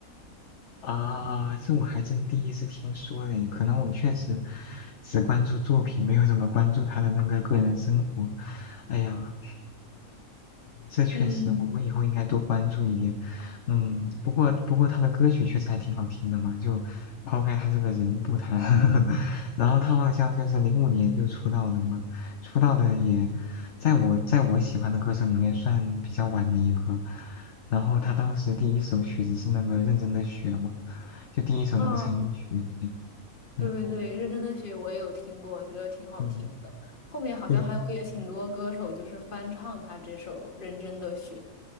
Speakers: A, on the left; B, on the left.
A: 啊，这我还真第一次听说嘞，可能我确实只关注作品，没有怎么关注他的那个个人生活。哎呀，这确实，
B: <laughs> 嗯。
A: 我们以后应该多关注一点。嗯，不过不过他的歌曲确实还挺好听的嘛，就抛开他这个人不谈，<laughs> 然后他好像就是零五年就出道的嘛，出道的也在我在我喜欢的歌手里面算比较晚的一个。然后他当时第一首曲子是那个《认真的雪》嘛，就第一首那个成名曲。
B: 嗯，
A: 对，嗯
B: 对对对，认真的雪我也有听过，觉得挺好听的。
A: 嗯，
B: 后面好像还有也挺多歌手就是翻唱他这首《认真的雪》。
A: 对